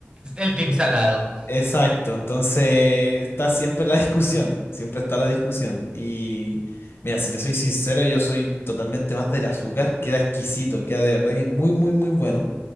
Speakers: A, on the right; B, on the left.
A: El team salado.
B: Exacto, entonces está siempre la <laughs> discusión, siempre está la discusión. Y mira, si te soy sincero, yo soy totalmente más del azúcar, queda exquisito, queda de verdad que muy, muy, muy bueno.